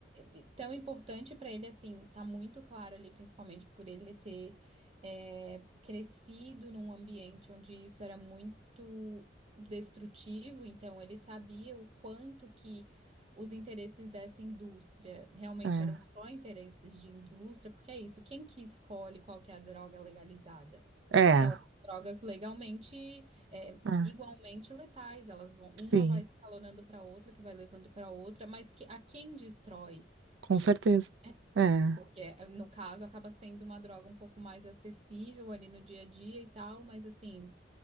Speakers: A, on the right; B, on the right.
A: de- tão importante para ele assim, tá muito claro ali, principalmente por ele ter é, crescido num ambiente onde isso era muito destrutivo, então ele sabia o quanto que os interesses dessa indústria realmente
B: É,
A: eram só interesses de indústria, porque é isso, quem que escolhe qual que é a droga legalizada?
B: é,
A: Porque elas são drogas legalmente é,
B: é,
A: igualmente letais. Elas vão, uma
B: sim,
A: vai escalonando para outra, que vai levando para outra, mas que, a quem destrói?
B: com
A: Isso,
B: certeza. É,
A: porque eh, no caso acaba sendo uma droga um pouco mais acessível ali no dia a dia e tal, mas assim,